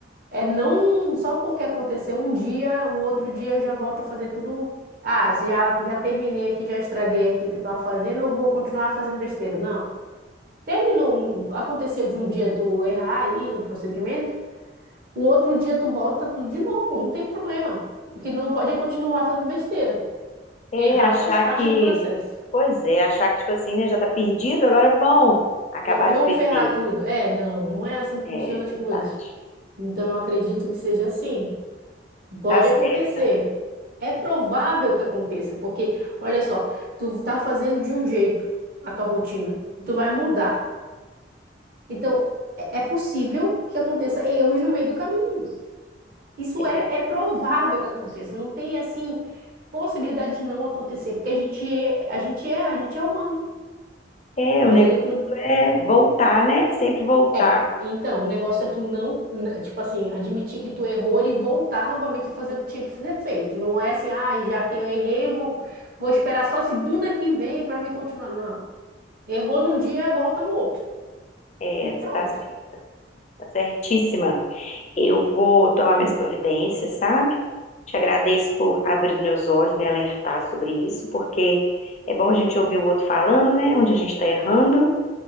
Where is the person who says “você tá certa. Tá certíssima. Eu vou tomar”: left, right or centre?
Left